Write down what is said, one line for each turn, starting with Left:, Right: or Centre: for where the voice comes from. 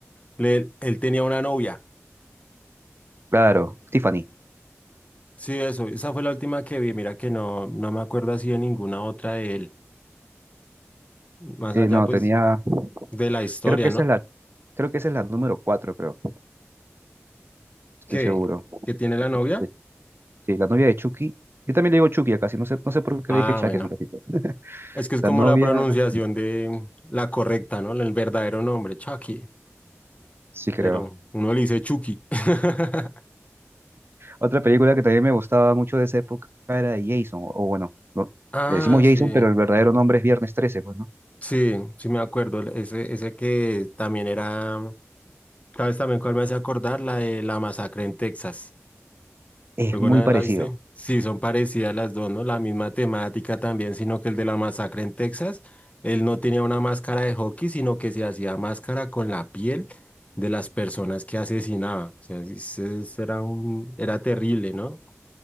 Left: le- él tenía una novia.
Right: Claro, Tiffany.
Left: Sí, eso, esa fue la última que vi, mira que no, no me acuerdo así de ninguna otra de él, más
Right: Sí,
Left: allá
Right: no,
Left: pues
Right: tenía,
Left: de la historia,
Right: creo que esa
Left: ¿no?
Right: es la, creo que esa es la número cuatro, creo, estoy
Left: ¿Qué?
Right: seguro.
Left: ¿Que tiene la novia?
Right: De- Sí, la novia de Chucky. Yo también le digo Chucky acá, sí, no sé, no sé por qué
Left: Ah,
Right: le dije Chucky
Left: bueno,
Right: hace un ratito.
Left: es que es
Right: La
Left: como
Right: novia,
Left: la pronunciación de la correcta, ¿no? El verdadero nombre, Chucky,
Right: sí creo.
Left: pero uno le dice Chucky. <laughs>
Right: Otra película que también me gustaba mucho de esa época era Jason, o bueno, no,
Left: Ah,
Right: le decimos
Left: sí,
Right: Jason, pero el verdadero nombre es Viernes 13, pues, ¿no?
Left: sí, sí me acuerdo, ese, ese que también era, ¿sabes también cuál me hace acordar? La de la masacre en Texas.
Right: Es
Left: ¿Alguna
Right: muy
Left: vez
Right: parecido.
Left: la viste? Sí, son parecidas las dos, ¿no? La misma temática también, sino que el de la masacre en Texas, él no tenía una máscara de hockey, sino que se hacía máscara con la piel de las personas que asesinaba. O sea, ese- ese era un, era terrible, ¿no?